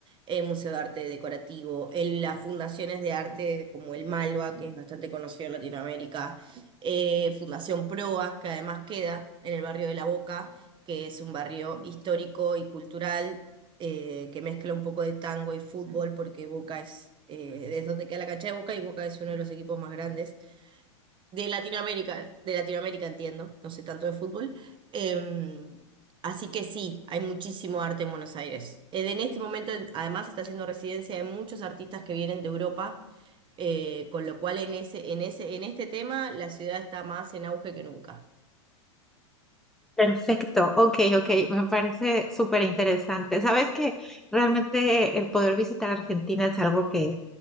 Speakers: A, on the right (about 30°); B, in the centre.
A: eh, Museo de Arte Decorativo, el- las fundaciones de arte como el Malva, que es bastante conocido en Latinoamérica, eh, Fundación Proa, que además queda en el barrio de La Boca, que es un barrio histórico y cultural eh, que mezcla un poco de tango y fútbol, porque Boca es, eh, es donde queda la cancha de Boca y Boca es uno de los equipos más grandes de Latinoamérica, de Latinoamérica entiendo, no sé tanto de fútbol. Em, así que sí, hay muchísimo arte en Buenos Aires. Eh, En este momento, en- además, está haciendo residencia de muchos artistas que vienen de Europa, eh, con lo cual en ese, en ese, en este tema la ciudad está más en auge que nunca.
B: Perfecto, ok, ok, me parece súper interesante. Sabes que realmente el poder visitar Argentina es algo que